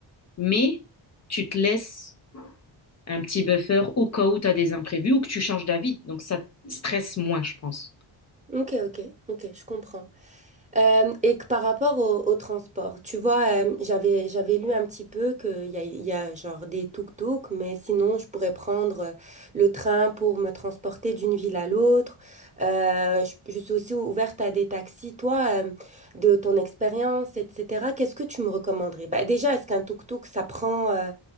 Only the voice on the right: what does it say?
Ok, ok, ok, je comprends. Euh, et que par rapport au, au transport, tu vois, euh, j'avais, j'avais lu un petit peu qu'il y a, il y a genre des tuk-tuk, mais sinon je pourrais prendre euh, le train pour me transporter d'une ville à l'autre. Euh, je, je suis aussi ouverte à des taxis. Toi, euh, de ton expérience, etc., qu'est-ce que tu me recommanderais? Bah, déjà, est-ce qu'un tuk-tuk, ça prend, euh,